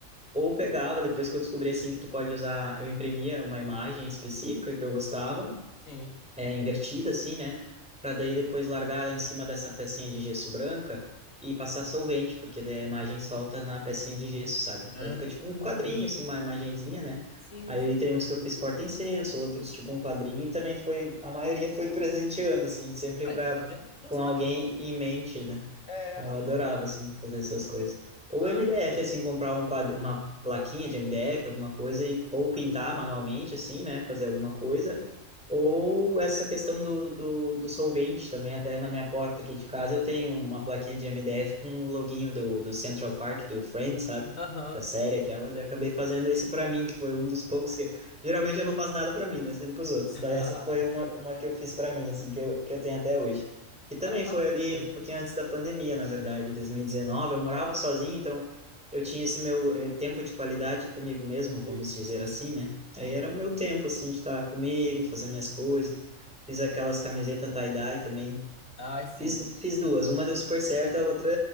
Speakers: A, in the centre; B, on the left.
A: Ou pegava, depois que eu descobri assim que tu pode usar, eu imprimia uma imagem específica que eu gostava
B: sim.
A: é, invertida assim, né? Para daí depois largar ela em cima dessa pecinha de gesso branca e passar solvente, porque daí a imagem solta na pecinha de gesso, sabe?
B: Ah,
A: Daí fica tipo um quadrinho, assim, uma imagenzinha, né?
B: Sim,
A: Aí
B: sim.
A: tem uns que eu fiz porta-incenso, outros tipo um quadrinho, e também foi, a maioria foi presenteando, assim, sempre
B: aí,
A: pra,
B: tá vendo? Então
A: com
B: você
A: alguém
B: também.
A: em mente, né?
B: É,
A: Eu
B: arrasou.
A: adorava, assim, fazer essas coisas. Ou
B: Ah,
A: MDF, assim, comprar um quadro, uma plaquinha de MDF, alguma coisa, e, ou pintar manualmente, assim, né? Fazer alguma coisa ou essa questão do, do, do solvente também, até na minha porta aqui de casa, eu tenho uma plaquinha de MDF com o loginho do, do Central Park, do Friends, sabe?
B: Aham.
A: Da série aquela, daí eu acabei fazendo esse pra mim, que foi um dos poucos que... Geralmente eu não faço nada pra mim, né? Sempre pros outros.
B: <laughs>
A: Daí essa foi uma, uma que eu fiz pra mim, assim, que eu, que eu tenho até hoje. E também
B: Arrasou.
A: foi ali, um pouquinho antes da pandemia, na verdade, 2019, eu morava sozinho, então eu tinha esse meu eh, tempo de qualidade comigo mesmo, vamos
B: Isso.
A: dizer assim, né?
B: Sim.
A: Aí era o meu tempo, assim, de estar comigo, fazer minhas coisas. Fiz aquelas camisetas tie-dye também.
B: Ai, sim.
A: Fiz,
B: sim.
A: fiz duas. Uma deu super certo, a outra